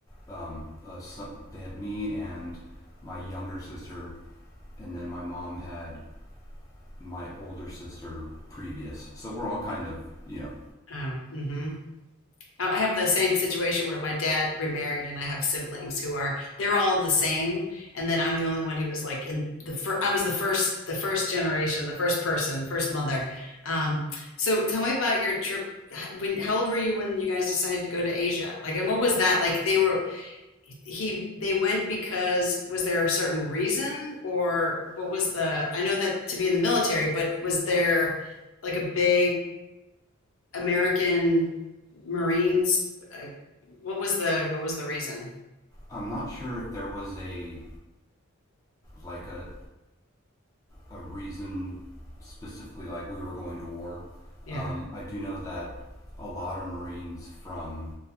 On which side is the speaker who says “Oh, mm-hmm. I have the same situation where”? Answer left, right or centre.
Left